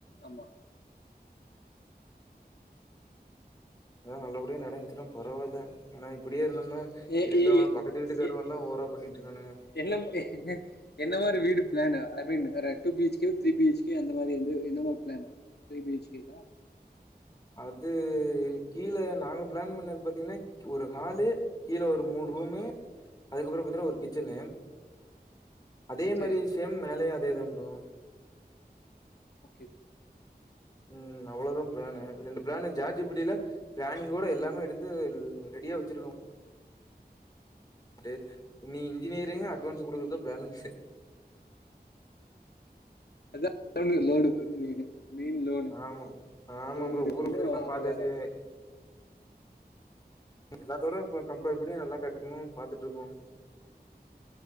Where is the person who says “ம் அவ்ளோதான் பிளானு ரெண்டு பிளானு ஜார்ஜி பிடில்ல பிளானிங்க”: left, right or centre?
Left